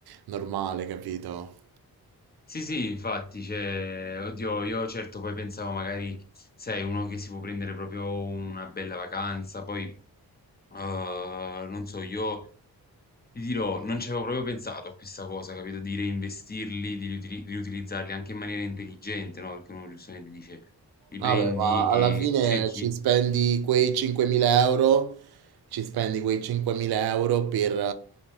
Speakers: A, on the right; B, on the left.
A: normale, capito?
B: Sì, sì, infatti, cioè, oddio, io certo poi pensavo magari, sai, uno che si può prendere proprio una bella vacanza, poi, uhm, non so, io Ti dirò, non ci avevo proprio pensato a questa cosa, capito? Di reinvestirli, di riutili- riutilizzarli anche in maniera intelligente, no? Perché uno giustamente dice, li
A: Vabbè,
B: prendi
A: ma
B: e
A: alla fine
B: cerchi...
A: ci spendi quei 5.000 euro, ci spendi quei 5.000 euro per,